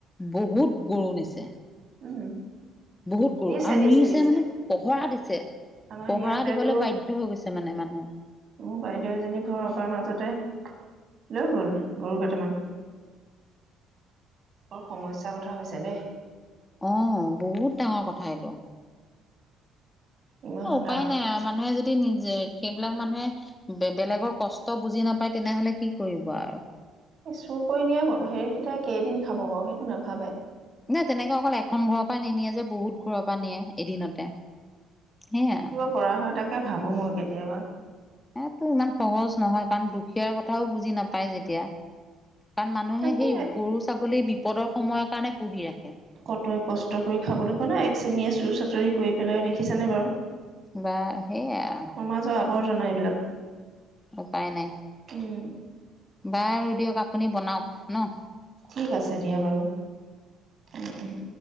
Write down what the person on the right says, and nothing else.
উম
নিছে
নিছে
নিছে
আমাৰ
ইয়াতেতো
মোৰ বাইদেউ এজনী ঘৰৰ পৰা মাজতে লৈ গ'ল গৰু কেইটামান বৰ সমস্যাৰ কথা হৈছে দেই
ইমান
দাম
এই চুৰ কৰি নিয়া হেৰি কেইটাই কেইদিন খাব বাৰু সেইটো নাভাবে
কৰা হয় তাকে ভাবো মই কেতিয়াবা
তাকে
কটৰে কষ্ট কৰি খাবলৈ পোৱা নাই এক শ্ৰেণীয়ে চুৰ চাটৰি কৰি পেলাই দেখিছে নে বাৰু
সমাজৰ আৱৰ্জনা এইবিলাক।
উম
ঠিক আছে দিয়া বাৰু, উম উম।